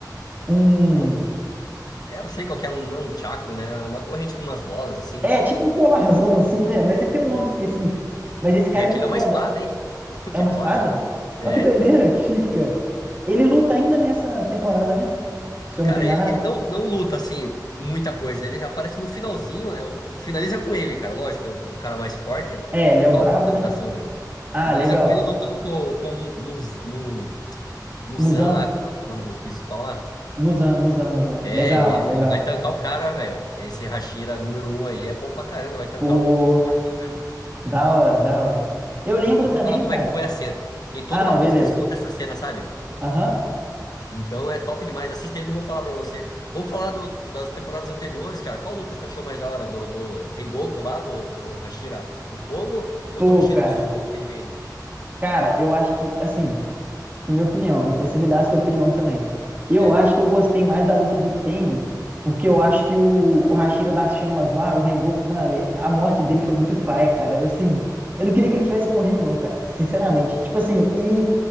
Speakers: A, on the right; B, on the left.
A: Um,
B: É um, é, eu sei qual que é, um, é um chaco, né? É Uma corrente com umas bolas, assim.
A: é, tipo um colarzão, <laughs> assim, né? Mas ele tem um nome específico. Mas esse cara
B: E aquilo
A: é muito foda.
B: é uma espada, hein? <laughs> Como
A: É
B: que
A: uma
B: pode?
A: espada?
B: É,
A: Olha que doideira,
B: então.
A: que chique, cara. Ele luta ainda nessa temporada, né? Se eu
B: Cara,
A: não tô enganado.
B: ele, ele não, não luta, assim, muita coisa. Ele aparece no finalzinho, eu, finaliza com ele, cara. Lógico, é o, o cara mais forte. Foi,
A: É,
B: foi
A: ele é
B: top
A: o brabo,
B: a finalização,
A: né?
B: velho.
A: Ah,
B: Finaliza
A: legal.
B: com ele lutando com, com o Mu- Muz- Mu- Muzan
A: Muzan.
B: lá, como é que é o nome do principal lá?
A: Musan, Musan, Musan.
B: É,
A: Legal,
B: ele,
A: legal.
B: ele vai tancar o cara, velho. Esse Hashira número um aí é bom pra caramba, vai tancar
A: Pô,
B: o Fortão mesmo.
A: da hora, da hora. Eu lembro
B: Eu não
A: também,
B: vou falar como
A: cara.
B: é que foi a cena. Tem toda
A: Ah, não,
B: uma
A: beleza.
B: construção dessa cena, sabe?
A: Aham.
B: Então é top demais. Assista aí, não vou falar pra você. Vamos falar do- das temporadas anteriores, cara. Qual luta você achou mais da hora? Do, do Rengoku lá, do, do Hashira do Fogo ou
A: Pô,
B: do Hashira
A: cara.
B: do Sol do Tengen?
A: Cara, eu acho que, assim, é minha opinião. Depois você me dá a sua opinião também. Eu
B: Certo.
A: acho que eu gostei mais da luta do Tengen, porque eu acho que o, o Hashira das Chamas lá, o Rengoku, mano, e- a morte dele foi muito paia, cara. Eu, assim, eu não queria que ele tivesse morrido, não, cara. Sinceramente. Tipo assim, e,